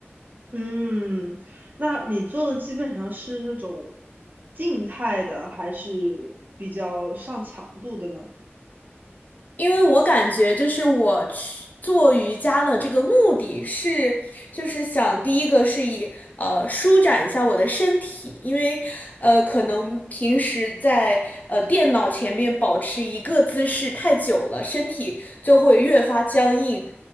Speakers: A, on the right; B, on the left.
A: 嗯，那你做的基本上是那种静态的，还是比较上强度的呢？
B: 因为我感觉就是我去做瑜伽的这个目的是，就是想第一个是以呃舒展一下我的身体，因为呃可能平时在呃电脑前面保持一个姿势太久了，身体就会越发僵硬。